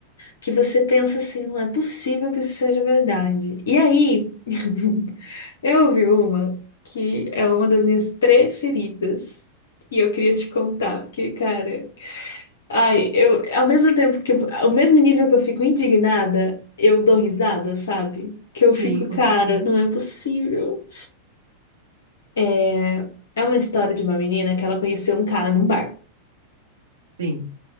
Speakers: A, on the left; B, on the right.
A: que você pensa assim, não é possível que isso seja verdade. E aí. <laughs> Eu vi uma que é uma das minhas preferidas e eu queria te contar, porque, cara, ai, eu, ao mesmo tempo que, eu- ao mesmo nível que eu fico indignada, eu dou risada, sabe? Que eu
B: sim,
A: fico,
B: com
A: cara,
B: certeza.
A: não é possível. É, é uma história de uma menina que ela conheceu um cara num bar.
B: Sim.